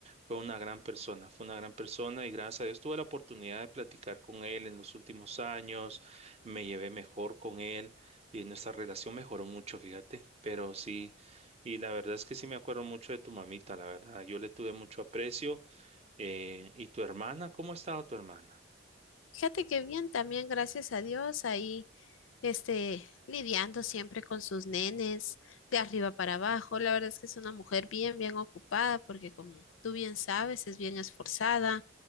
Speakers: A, on the right; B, on the left.
A: fue una gran persona, fue una gran persona y gracias a Dios tuve la oportunidad de platicar con él en los últimos años, me llevé mejor con él y nuestra relación mejoró mucho, fíjate, pero sí. Y la verdad es que sí me acuerdo mucho de tu mamita, la verdad. Yo le tuve mucho aprecio. eh, ¿y tu hermana? ¿Cómo ha estado tu hermana?
B: Fíjate que bien, también gracias a Dios, ahí este, lidiando siempre con sus nenes, de arriba para abajo. La verdad es que es una mujer bien, bien ocupada, porque como tú bien sabes, es bien esforzada,